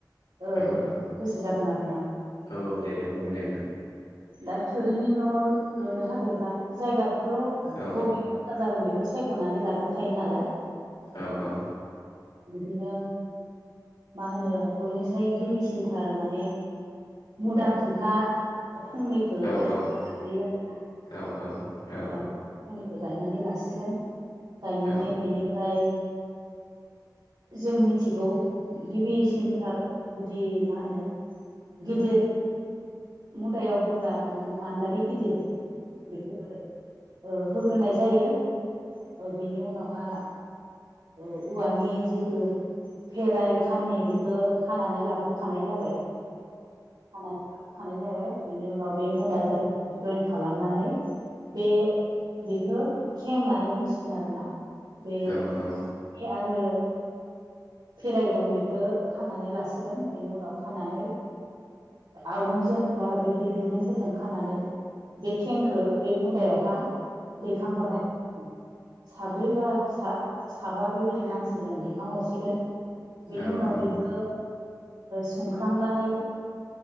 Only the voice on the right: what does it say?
ओ
गोसो जादों आरोना
दा थोरिनि न' लुनो थाखायब्ला जायगाखौथ'
बबे मोजां जागोन बे बेखौ सायख'नानै लाग्रोखायो नालाय
बिदिनो मा होनो बयनिसाय गिबिसिनथार माने मुदा खुन्था फंनैखौ
गायो
आरो
ना <unintelligible> गायनानै लासिगोन गायनानै
बिनिफ्राय जों मिथिगौ गिबिसिनथार गुदि मा होनो गिदिर मुदायाव होग्रा माने मान्दालि गिदिर बेखौ होग्रोनाय जायो बेनि उनावहा औवानि जिथु फेराय खानि बेखौ खानानै लाग्रोखानाय जाबाय थानाय जाबाय बिनि उनाव बे मुदाजों जयेन खालाम खालामनानै बे बेखौ खें होननानै बुंसिगोन आरोना बे
आरो फेराय गन बेखौ खानानै लासिगोन बेनि उनाव खानानै आरंजों बा बिदि दुरुंफोरजों खानानै बे खेंखो बे मुदायावहा दैखांहरनाय साब्रै बा सा साबा बेबायदि मानसि जों दिखांहरसिगोन
बेनि उनाव
बेखौ संख्रांनानै